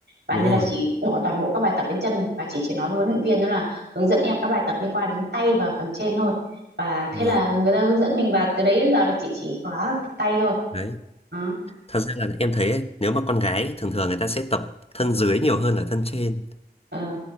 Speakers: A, on the right; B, on the left.
A: và
B: Đúng
A: nên
B: rồi.
A: là chị bỏ toàn bộ các bài tập đến chân và chị chỉ nói với huấn luyện viên đó là hướng dẫn em các bài tập liên quan đến tay và phần trên thôi và thế
B: Vâng.
A: là người ta hướng dẫn mình và từ đấy đến giờ là chị chỉ có tập tay thôi
B: Đấy.
A: đó.
B: Thật ra là em thấy ấy, nếu mà con gái thường thường người ta sẽ tập thân dưới nhiều hơn là thân trên
A: ừ.